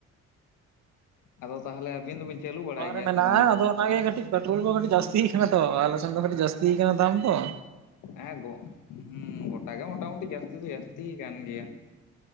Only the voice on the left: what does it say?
ᱟᱫᱚ ᱛᱟᱦᱚᱞᱮ ᱟᱹᱵᱤᱱ ᱫᱚᱵᱤᱱ ᱪᱟᱹᱞᱩ ᱵᱟᱲᱟᱭ
ᱜᱮᱭᱟ
ᱥᱮ ᱵᱟᱝ?
ᱦᱮᱸ ᱜᱚ ᱦᱩᱸ ᱜᱚᱴᱟ ᱜᱮ ᱢᱚᱴᱟᱢᱩᱴᱤ ᱡᱟᱹᱥᱛᱤ ᱫᱚ ᱡᱟᱹᱥᱛᱤᱭ ᱟᱠᱟᱱ ᱜᱮᱭᱟ ᱾